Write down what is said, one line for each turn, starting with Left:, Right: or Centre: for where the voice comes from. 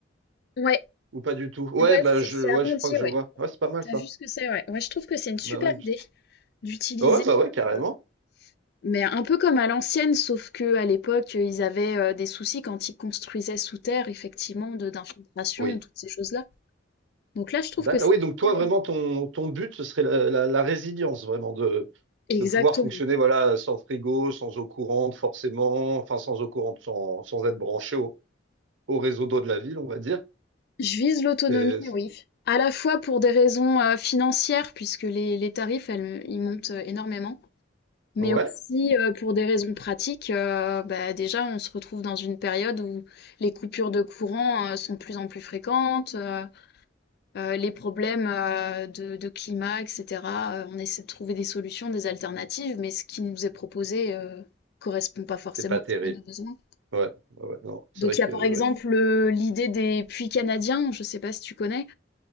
Left: ouais.
Right: Ou pas du tout? Ouais,
Left: Ouais,
Right: bah
Left: c'est
Right: je,
Left: c'est
Right: ouais,
Left: arrondi,
Right: je crois que je
Left: ouais.
Right: vois. Ouais, c'est pas mal
Left: T'as
Right: ça.
Left: vu ce que c'est, ouais. Ouais, je trouve que c'est une super
Right: Bah ouais,
Left: idée
Right: je-
Left: d'utiliser,
Right: ouais, bah ouais, carrément.
Left: euh, mais un peu comme à l'ancienne, sauf que à l'époque, euh, ils avaient euh, des soucis quand ils construisaient sous terre, effectivement, de d'infiltration,
Right: Oui.
Left: toutes ces choses-là. Donc là, je trouve
Right: D'accord.
Left: que c'est
Right: Oui,
Left: une
Right: donc
Left: super
Right: toi, vraiment,
Left: idée.
Right: ton, ton but, ce serait la, la- la résilience, vraiment, de,
Left: Exactement.
Right: de pouvoir fonctionner, voilà, sans frigo, sans eau courante, forcément, enfin, sans eau courante, sans, sans être branché au, au réseau d'eau de la ville, on va dire.
Left: Je vise l'autonomie,
Right: C'est-
Left: oui. À la fois pour des raisons euh, financières, puisque les, les tarifs, elles, ils montent euh, énormément. Mais
Right: Ouais,
Left: aussi, heu, pour des raisons pratiques, heu, bah, déjà, on se retrouve dans une période où les coupures de courant, heu, sont de plus en plus fréquentes, heu heu, les problèmes, heu, de de climat et cetera, heu, on essaie de trouver des solutions, des alternatives, mais ce qui nous est proposé, heu, correspond pas forcément
Right: c'est pas terrible.
Left: à nos besoins.
Right: Ouais, ouais, ouais, non, c'est
Left: Donc
Right: vrai
Left: il
Right: que
Left: y a, par
Right: ouais.
Left: exemple, heu, l'idée des puits canadiens, je sais pas si tu connais?